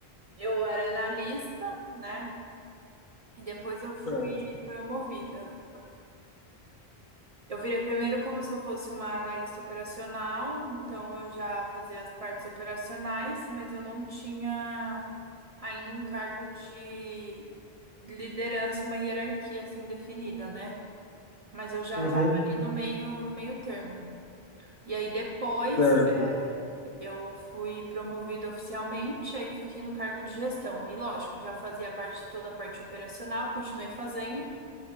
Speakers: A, on the right; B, on the left.
A: eu era analista, né? E depois eu fui
B: Certo.
A: promovida Eu virei primeiro como se eu fosse uma analista operacional, então eu já fazia as partes operacionais, mas eu não tinha ainda um cargo de liderança, uma hierarquia assim definida, né? Mas eu já
B: Uhum.
A: estava ali no meio, no meio termo. E aí depois
B: Certo.
A: eh, eu fui promovida oficialmente, aí fiquei no cargo de gestão. Aí, lógico, já fazia parte, toda a parte operacional, continuei fazendo.